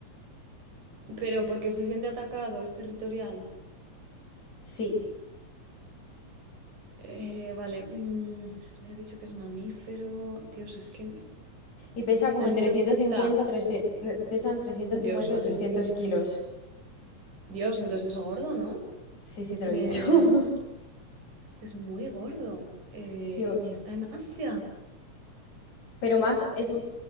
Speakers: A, on the right (about 80°); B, on the left (about 70°).
A: Pero porque se siente atacado, es territorial.
B: Sí,
A: Eh, vale, mm, me has dicho que es mamífero. Dios, es que
B: Y pesa como
A: necesito
B: entre 150,
A: pista.
B: 300, eh, pesa entre ciento
A: Dios,
B: cincuenta
A: vale,
B: y 300
A: sí.
B: kilos.
A: Dios, entonces es gordo, ¿no?
B: Sí, sí, te lo
A: Eh,
B: he dicho. <laughs>
A: es muy gordo. eh,
B: Sí,
A: y está en Asia.
B: pero más, es,